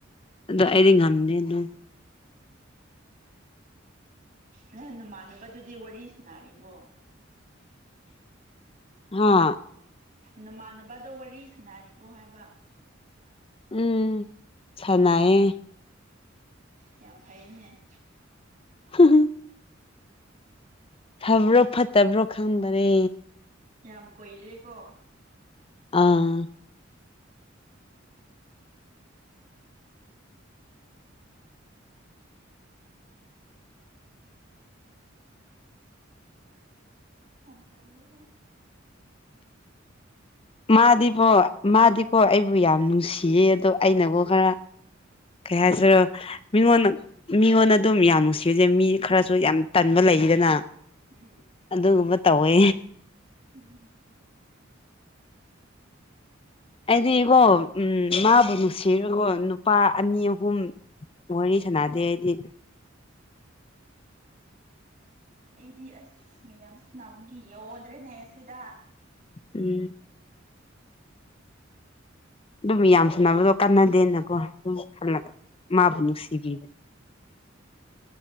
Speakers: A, on the left; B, on the right.
A: ꯑꯗꯣ ꯑꯩꯗꯤ ꯉꯝꯗꯦ ꯑꯗꯨꯨ
B: ꯅ ꯅꯃꯥꯟꯅꯕꯗꯨꯗꯤ ꯋꯥꯔꯤ ꯁꯥꯅꯔꯤꯕꯣ
A: ꯍꯥꯥ
B: ꯅꯃꯥꯟꯅꯕꯗꯣ ꯋꯥꯔꯤ ꯁꯥꯟꯅꯔꯤꯕꯣ ꯍꯥꯏꯕ
A: ꯎꯝ ꯁꯅꯥꯌꯦ
B: ꯌꯥꯝ ꯐꯩꯅꯦ
A: ꯍ ꯍꯝ ꯐꯕ꯭ꯔꯣ ꯐꯠꯇꯕ꯭ꯔꯣ ꯈꯪꯗꯔꯦ
B: ꯌꯥꯝ ꯀꯨꯏꯔꯦꯀꯣ
A: ꯑꯥ
B: ꯝ ꯇꯜꯂꯦꯍꯦ
A: ꯃꯥꯗꯤꯕꯣ ꯃꯥꯗꯤꯀꯣ ꯑꯩꯕꯨ ꯌꯥꯝ ꯅꯨꯡꯁꯤꯌꯦ ꯑꯗꯣ ꯑꯩꯅꯕꯨ ꯈꯔ ꯀꯩ ꯍꯥꯏꯁꯤꯔꯣ ꯃꯤꯉꯣꯟꯗ ꯃꯤꯉꯣꯟꯗ ꯑꯗꯨꯝ ꯌꯥꯝ ꯅꯨꯡꯁꯤꯔꯁꯦ ꯃꯤ ꯈꯔꯁꯨ ꯌꯥꯝ ꯇꯟꯕ ꯂꯩꯗꯅ
B: ꯎꯝ
A: ꯑꯗꯨꯒꯨꯝꯕ ꯇꯧꯋꯦ
B: ꯎꯝ
A: ꯑꯩꯗꯤꯒꯣ ꯎꯝ ꯃꯥꯕꯨ
B: ꯎꯝ
A: ꯅꯨꯡꯁꯤꯔꯒꯣ ꯅꯨꯄꯥ ꯑꯅꯤ ꯑꯍꯨꯝ ꯋꯥꯔꯤ ꯁꯥꯟꯅꯗꯦ ꯑꯩꯗꯤ
B: ꯑꯩꯗꯤ ꯑꯁ ꯃꯤꯌꯥꯝ ꯁꯥꯟꯅꯕꯒꯤ ꯌꯎꯗ꯭ꯔꯦꯅꯦ ꯁꯤꯗ
A: ꯎꯝ ꯑꯗꯨꯝ ꯌꯥꯝ ꯁꯥꯟꯅꯕꯗꯣ ꯀꯥꯟꯅꯗꯦꯅꯀꯣ ꯑꯗꯨꯝ ꯈꯜꯂꯒ ꯃꯥꯕꯨ ꯅꯨꯡꯁꯤꯕꯤꯕꯅꯤ